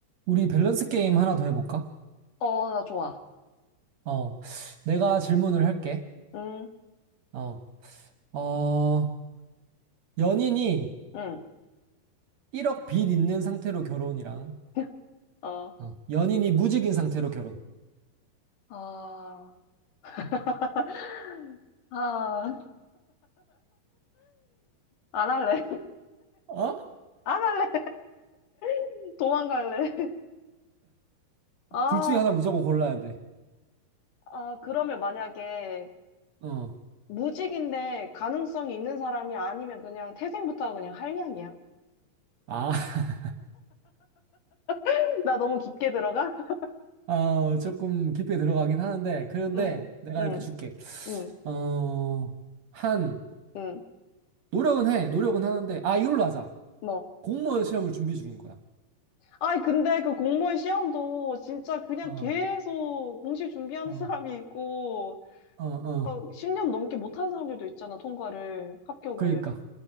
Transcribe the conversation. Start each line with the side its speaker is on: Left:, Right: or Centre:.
Right: 우리 밸런스 게임 하나 더 해볼까?
Left: 어, 나 좋아.
Right: 어, 내가 질문을 할게.
Left: 응,
Right: 어, 어, 연인이
Left: 응.
Right: 1억 빚 있는 상태로 결혼이랑,
Left: <laughs> 어,
Right: 어, 연인이 무직인 상태로 결혼.
Left: 아, <laughs> 아, 안 할래.
Right: 어?
Left: 안 할래. <laughs> 도망갈래. 아,
Right: 둘 중에 하나 무조건 골라야 돼.
Left: 아, 그러면 만약에
Right: 어,
Left: 무직인데 가능성이 있는 사람이 아니면 그냥 태생부터 그냥 한량이야.
Right: 아, <laughs>
Left: <laughs> 나 너무 깊게 들어가? <laughs>
Right: 아, 조금 깊게 들어가긴 하는데, 그런데
Left: 응,
Right: 내가
Left: 응,
Right: 이렇게 줄게.
Left: 응,
Right: 어, 한,
Left: 응.
Right: 노력은 해. 노력은 하는데, 아, 이걸로 하자.
Left: 뭐.
Right: 공무원 시험을 준비 중인 거야.
Left: 아니, 근데 그 공무원 시험도 진짜 그냥
Right: 어,
Left: 계속 공식 준비하는
Right: 어,
Left: 사람이 있고,
Right: 어, 어.
Left: 막 10년 넘게 못하는 사람들도 있잖아, 통과를, 합격을.
Right: 그러니까